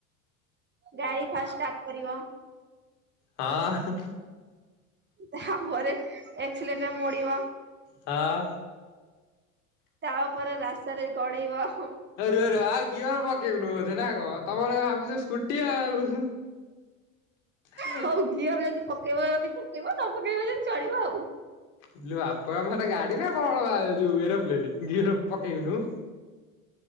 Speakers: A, on the right; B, on the left.
A: ଗାଡି ଫାଷ୍ଟ ଷ୍ଟାର୍ଟ କରିବ।
B: ହଁ।
A: ତାପରେ ଏକ୍ସିଲେଟର ମୋଡ଼ିବ।
B: ହଁ।
A: ତାପରେ ରାସ୍ତାରେ ଗଡେଇବ ହଁ।
B: ଆରେ ଆରେ ରୁହ ଗିଅର ପକେଇ ବୁନୁ ବୋଧେ ନା କଣ ତମର ଭାବିଛ ସ୍କୁଟି ଆଉ ହଁ
A: ହଉ ଗିଅର ଯଦି ପକେଇବ ଯଦି ପକେଇବ ନ ପକେଇବ ଯଦି ଚଳିବ ଆଉ
B: ଆଲୋ ବାପାମା ଗାଡି ନା କଣ ବା ଯୋଉ ଏରୋପ୍ଲେନ ଗିଅର ପକେଇବୁନୁ।